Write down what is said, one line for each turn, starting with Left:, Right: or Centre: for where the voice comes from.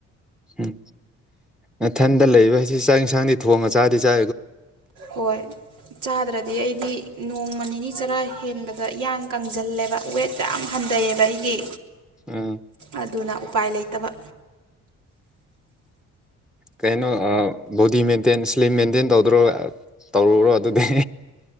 Centre: ꯎꯝ ꯃꯊꯟꯗ ꯂꯩꯕ ꯍꯥꯏꯁꯤ ꯆꯥꯛ ꯌꯦꯟꯁꯥꯡꯗꯤ ꯊꯣꯡꯉ ꯆꯥꯗꯤ ꯆꯥ
Right: ꯍꯣꯏ ꯆꯥꯗ꯭ꯔꯗꯤ ꯑꯩꯗꯤ ꯅꯣꯡꯃ ꯅꯤꯅꯤ ꯆꯔꯥ ꯍꯦꯟꯕꯗ ꯏꯡ ꯀꯪꯁꯤꯜꯂꯦꯕ ꯋꯦꯠ ꯌꯥꯝ ꯍꯟꯊꯩꯑꯕ ꯑꯩꯒꯤ
Centre: ꯑꯥ
Right: ꯑꯗꯨꯅ ꯎꯄꯥꯏ ꯂꯩꯇꯕ
Centre: ꯀꯩꯅꯣ ꯕꯣꯗꯤ ꯃꯦꯟꯇꯦꯟ ꯁ꯭ꯂꯤꯝ ꯃꯦꯟꯇꯦꯟ ꯇꯧꯗ꯭ꯔꯣ ꯇꯧꯔꯨꯔꯣ ꯑꯗꯨꯗꯤ